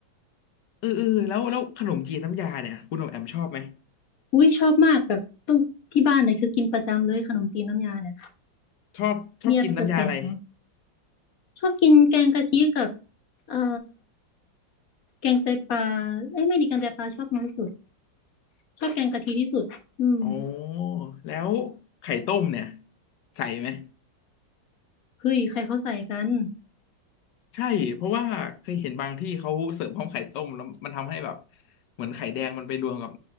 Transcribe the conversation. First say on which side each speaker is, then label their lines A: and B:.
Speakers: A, on the left; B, on the left.
A: เออเออแล้วแล้วขนมจีนน้ำยาเนี่ยคุณอมแอมชอบไหม
B: อุ้ยชอบมากแบบต้องที่บ้านเนี่ยคือกินประจำเลยขนมจีนน้ำยาเนี่ย
A: ชอบชอบกินน้ำยาอะไร
B: มีอะไรแปลกๆเหรอชอบกินแกงกะทิกับเอ่อแกงไตปลาเอ้ยไม่ดีแกงไตปลาชอบน้อยสุดชอบแกงกะทิที่สุดอืม
A: อ๋อแล้วไข่ต้มเนี่ยใส่ไหม
B: เฮ้ยใครเขาใส่กัน
A: ใช่เพราะว่าเคยเห็นบางที่เขาเสิร์ฟพร้อมไข่ต้มแล้วมันทำให้แบบเหมือนไข่แดงมันไปรวมกับ